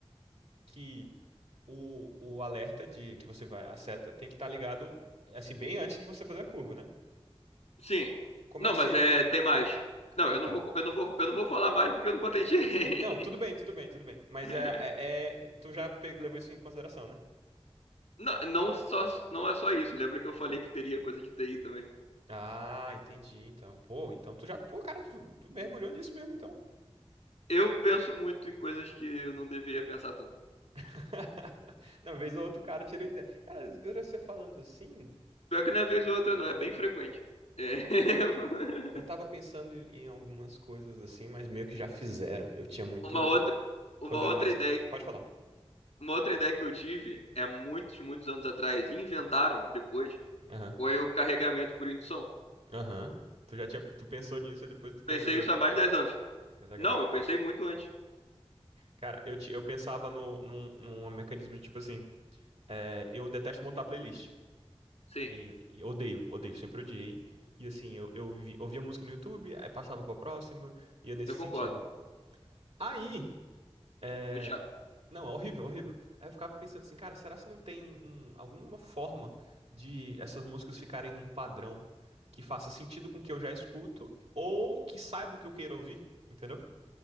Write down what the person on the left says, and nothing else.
Sim.
Não,
mas
é, tem mais. Não, eu não
vou, eu não vou, eu não vou falar mais porque eu não patenteei.
<laughs>
Não, não, só, não é só isso. Lembra que eu falei que teria coisa de TI também?
Eu penso muito em coisas que eu não deveria pensar tanto.
Pior que não é vez ou outra, não, é bem frequente. É. <laughs>
Uma outra,
uma
outra
ideia, que-
uma outra ideia que eu tive é muitos, muitos anos atrás, e inventaram depois,
foi o carregamento por indução.
Pensei isso há mais de 10 anos.
Não, eu pensei muito antes.
Sim,
eu
concordo.
Muito chato.